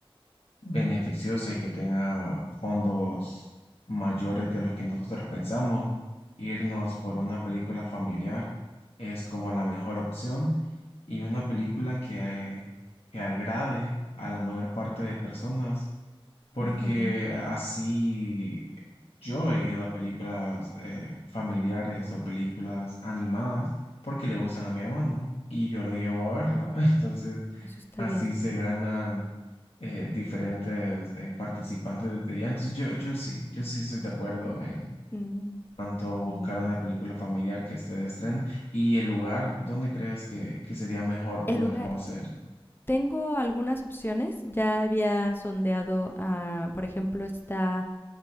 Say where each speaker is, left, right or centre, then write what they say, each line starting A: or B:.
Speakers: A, on the left; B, on the left.
A: beneficiosa y que tenga fondos mayores de los que nosotros pensamos. Irnos por una película familiar es como la mejor opción y una película que, que agrade a la mayor parte de personas, porque
B: Ujú.
A: así yo he ido a películas eh, familiares o películas animadas porque le gustan a mi hermano y yo lo llevo a verla. <laughs> Entonces,
B: Eso está
A: así
B: bien.
A: se ganan eh, diferentes eh, participantes de ya. Entonces yo, yo sí, yo sí estoy de acuerdo en
B: Mm,
A: tanto buscar
B: muy bien.
A: una película familiar que esté de estreno y el lugar donde crees que, que sería mejor
B: El
A: poderlo
B: lugar.
A: hacer.
B: Tengo algunas opciones. Ya había sondeado, a, por ejemplo, está,